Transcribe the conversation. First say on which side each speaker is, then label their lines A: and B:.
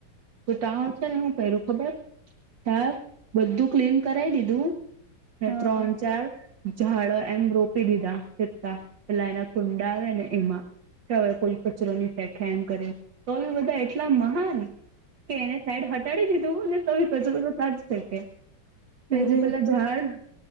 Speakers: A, on the right (about 70°); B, on the right (about 35°).
A: તો તા ચે હું પેરુ ખબર તા. બધું ક્લીન કરાવી દીધું ને
B: હા
A: ત્રણ ચાર ઝાડ એમ રોપી દીધા પેતા પેલા એના કુંડા આવે ને એમાં કે હવે કોઈ કચરો ની ફેકે એમ કરીને તો બી બધા એટલા મહાન કે એને સાઈડ હટાડી દીધું અને તો બી કચરો ત્યાંજ ફેકે તે
B: અરે
A: જે પેલા
B: એ તો
A: ઝાડ